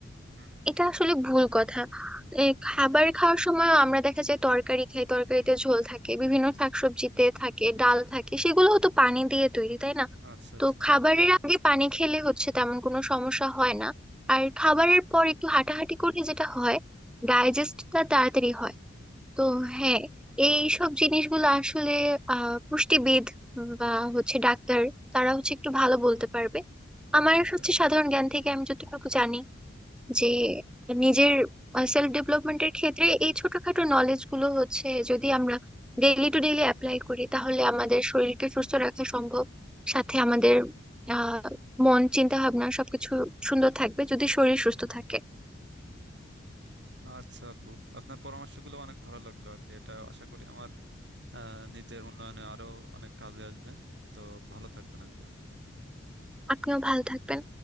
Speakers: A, on the right; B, in the centre.
A: হুম
B: এটা আসলে ভুল কথা এ, খাবার খাওয়ার সময় আমরা দেখা যায় তরকারি খাই তরকারিতে ঝোল থাকে বিভিন্ন শাকসবজিতে থাকে ডাল থাকে সেগুলোও তো পানি দিয়ে তৈরি তাই না
A: আচ্ছা আচ্ছা
B: তো খাবারের আগে পানি খেলে হচ্ছে তেমন কোনো সমস্যা হয় না আর খাবারের পর একটু হাঁটাহাঁটি করলে যেটা হয় ডাইজেস্টটা তাড়াতাড়ি হয় তো হ্যাঁ এই সব জিনিসগুলো আসলে আহ পুষ্টিবিদ বা হচ্ছে ডাক্তার তারা হচ্ছে একটু ভালো বলতে পারবে আমার
A: ওকে
B: হচ্ছে সাধারণ জ্ঞান থেকে আমি যতটুকু জানি যে নিজের সেলফ ডেভেলপমেন্টের ক্ষেত্রে এই ছোটখাটো নলেজ গুলো হচ্ছে যদি আমরা ডেইলি টু ডেইলি অ্যাপ্লাই করি তাহলে আমাদের শরীরকে সুস্থ রাখা সম্ভব সাথে আমাদের আহ মন চিন্তা ভাবনা সবকিছু সুন্দর থাকবে যদি শরীর সুস্থ থাকে
A: আচ্ছা আপু আপনার পরামর্শগুলো অনেক ভালো লাগলো আর কি এটা আশা করি আমার আহ, নিজের উন্নয়নে আরো অনেক কাজে আসবে তো ভালো থাকবেন আর কি
B: আপনিও ভালো থাকবেন